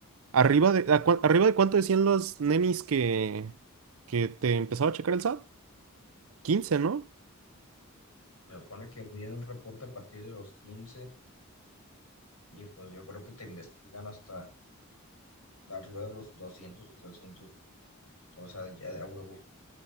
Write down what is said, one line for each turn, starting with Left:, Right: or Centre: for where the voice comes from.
Right: arriba de, ¿a cuán- arriba de cuánto decían los nenis que, que te empezaba a checar el SAT? 15, ¿no?
Left: Se supone que viene un reporte a partir de los quince Y pues yo creo que te investigan hasta arriba de los doscientos o trescientos o sea, ya de a huevo.